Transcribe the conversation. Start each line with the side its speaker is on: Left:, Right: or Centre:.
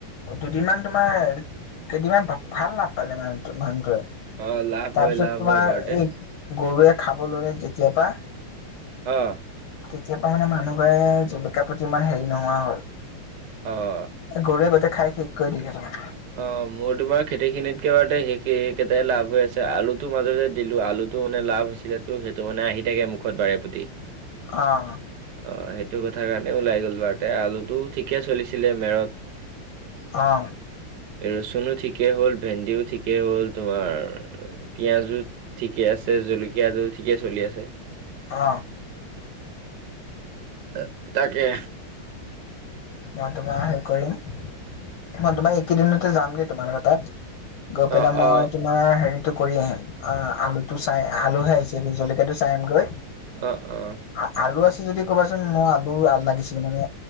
Left: দুদিনমান তোমাৰ কেইদিনমান ভাল লাভ পালে মানে মানুহটোৱে।
Right: অ', লাভ
Left: তাৰপিছত
Right: হয় লাভ
Left: তোমাৰ
Right: হয় বাৰুতে
Left: এই গৰুৱে খাব ল'লে যেতিয়াৰ পৰা
Right: অ'।
Left: তেতিয়াৰা পৰা মানে মানুহ ঘৰে জলকীয়াৰ প্ৰতি ইমান হেৰি নোহোৱা হল
Right: অ'।
Left: এ গৰুৱে গোটেই খাই শেষ কৰি দিলে তাৰ।
Right: অ', মোৰ তোমাৰ খেতি খিনিতকে বাৰুতে শেষে হেইকেইটায়ে লাভ হৈ আছে, আলুটো মাজতে দিলো, আলু টো মানে লাভ হৈছিলেতো, সেইটো মানে আহি থাকে মুখত বাৰে প্ৰতি।
Left: অ'।
Right: অ' সেইটো কথাৰ কাৰণে ওলাই গ'ল বাৰুতে, আলুটো ঠিকে চলিছিলে মেৰত
Left: অ'।
Right: ৰচুনো ঠিকেই হ'ল ভেন্দিও ঠিকেই হ'ল তোমাৰ পিয়াজো ঠিকে আছে জলকীয়াটো ঠিকে চলি আছে
Left: অ
Right: অ তাকে
Left: মই তোমাৰ হেৰি কৰিম মই তোমাৰ এইকেইদিনতে যাম দেই তোমালোকৰ তাত গৈ পেলাই
Right: অ
Left: মই
Right: অ
Left: তোমাৰ হেৰি টো কৰি আহিম আ আলু টো চাই আলুহে আহিছেই জলকীয়া টো চাই আহিমগৈ
Right: অঁ অঁ
Left: আ আলু আছে যদি ক'বাচোন মই আলু লাগিছিল মানে